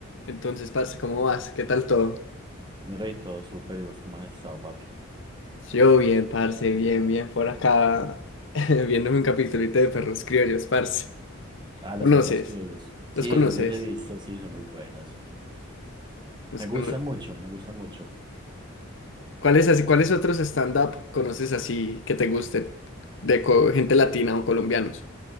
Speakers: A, on the left (about 60°); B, on the right (about 20°).
A: Entonces, parce, ¿cómo vas? ¿Qué tal todo?
B: Mi rey, todo súper. ¿Y vos cómo has estado, papi?
A: Yo bien, parce, bien, bien, por acá, <laughs> viéndome un capitulito de perros criollos, parce.
B: Ah, los
A: ¿Conoces?
B: perros criollos. Sí,
A: ¿Los conoces?
B: yo los he visto, sí, son muy buenos.
A: ¿Los
B: Me gustan
A: cono-
B: mucho, me gustan mucho.
A: ¿Cuáles así, cuáles otros stand-up conoces así que te gusten? De co- gente latina o colombianos.